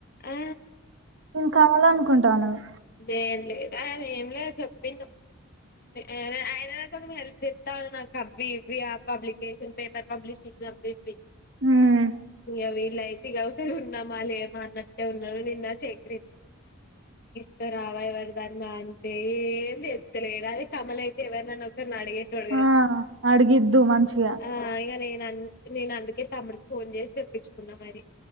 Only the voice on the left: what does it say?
ఆ
లేదు లేదు అదే ఏం లేదు చెప్పిండు ఆయన నాకు హెల్ప్ చేస్తాండు నాకు అవ్వి ఇవ్వి ఆ పబ్లికేషన్ పేపర్ పబ్లిషింగ్ అవ్వి ఇవ్వి
అవి ఇలాయితే గవస ఉన్నామా లేమ అన్నట్టే ఉన్నా నిన్న చక్రి ఇగ రావా ఎవరిదన్నా అంటే ఏం చేస్తాలేడు అదే కమల అయితే ఎవరినన్న వ అడిగేటోడు కడ్
ఆ ఇగ నే నన్ నేను అందుకే తమ్డికి ఫోన్ చేసి తెప్పించుకున్నా మరి